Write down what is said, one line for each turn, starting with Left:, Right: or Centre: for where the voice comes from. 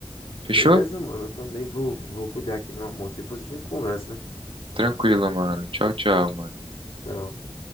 Right: Fechou?
Left: Beleza, mano, eu também vou, vou cuidar aqui no almoço, depois a gente conversa.
Right: Tranquilo, mano. Tchau, tchau, mano.
Left: Tchau.